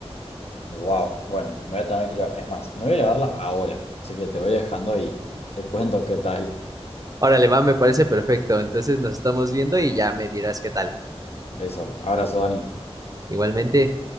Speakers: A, on the left; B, on the right.
A: wow, bueno, me voy a tener que ir a- Es más, me voy a ir a verla ahora. Así que te voy dejando y te cuento qué tal.
B: Órale, va, me parece perfecto. Entonces nos estamos viendo y ya me dirás qué tal.
A: Eso. Abrazo, Dani.
B: Igualmente.